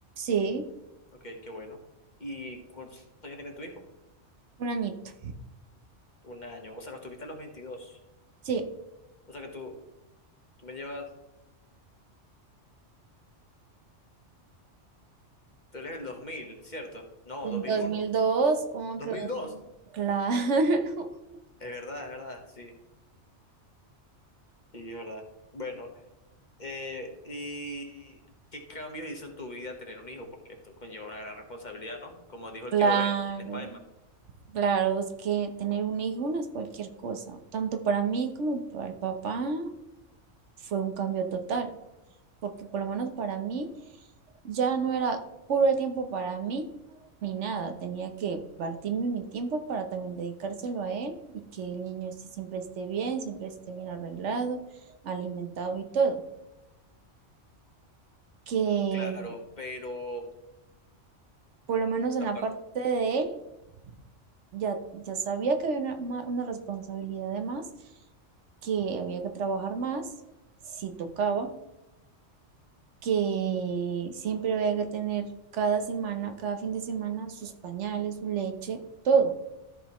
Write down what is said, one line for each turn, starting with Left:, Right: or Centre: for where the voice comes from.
Right: Sí,
Left: Ok, qué bueno. ¿Y cuántos años tiene tu hijo?
Right: un añito.
Left: Un año. O sea, los tuviste a los veintidós
Right: Sí,
Left: O sea que tú, tú me llevas Tú eres el dos mil ¿cierto? No,
Right: en
Left: dos dos mil
Right: dos,
Left: uno
Right: mil dos, como
Left: dos
Right: que?
Left: mil
Right: dos
Left: dos
Right: mil? Claro, <laughs>
Left: Es verdad, es verdad, sí, sí, es verdad. Bueno, eh, ¿y qué cambios hizo en tu vida tener un hijo? Porque esto conlleva una gran responsabilidad, ¿no? Como dijo el
Right: claro,
Left: tío Ben en Spider-Man.
Right: claro, es que tener un hijo no es cualquier cosa. Tanto para mí como para el papá fue un cambio total. porque por lo menos para mí ya no era puro el tiempo para mí ni nada, tenía que partirme mi tiempo para también dedicárselo a él y que el niño sí siempre esté bien, siempre esté bien arreglado, alimentado y todo. Que
Left: Claro, pero
Right: por lo menos en
Left: aparte,
Right: la parte de él ya, ya sabía que había una, ma- una responsabilidad de más, que había que trabajar más si tocaba que siempre había que tener cada semana, cada fin de semana, sus pañales, su leche, todo,